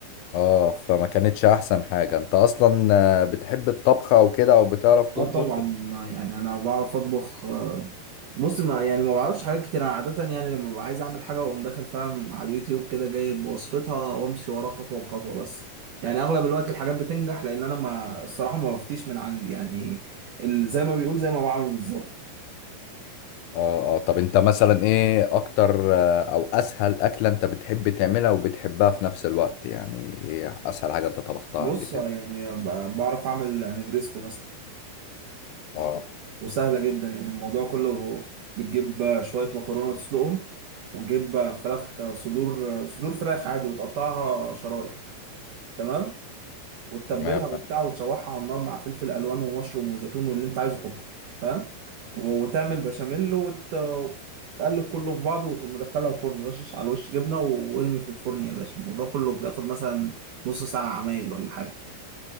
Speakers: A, on the left; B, on the right.
A: اه فما كانتش احسن حاجة انت اصلا آه، بتحب الطبخ او كده او بتعرف تطبخ
B: اه طبعا يعني انا بعرف اطبخ آه. بص ما يعني ما بعرفش حاجات كتير انا عادة يعني لما ببقى عايز اعمل حاجة واقوم داخل فاهم على اليوتيوب كده جايب وصفتها وامشي وراها خطوة بخطوة بس يعني اغلب الوقت الحاجات بتنجح لان انا ما الصراحة ما بفتيش من عندي يعني ال- زي ما بيقول زي ما بعمل بالظبط
A: اه اه طب انت مثلا ايه اكتر آه، او اسهل اكلة انت بتحب تعملها وبتحبها في نفس الوقت يعني ايه اسهل حاجة انت طبختها
B: بص
A: قبل كده
B: آه، يعني ب- بعرف اعمل نجريسكو مثلا
A: اه
B: وسهلة جدا يعني الموضوع كله بتجيب شوية مكرونة تسلقهم وتجيب فراخ صدور صدور فراخ عادي وتقطعها شرايح تمام وتتبلها
A: تمام
B: وبتاع وتشوحها على النار مع فلفل ألوان ومشروم وزيتون واللي أنت عايزه حطه فاهم وتعمل بشاميل وتقلب كله في بعضه وتقوم مدخلها الفرن رشش على الوش جبنة وارمي في الفرن يا باشا الموضوع كله بياخد مثلا نص ساعة عمايل ولا حاجة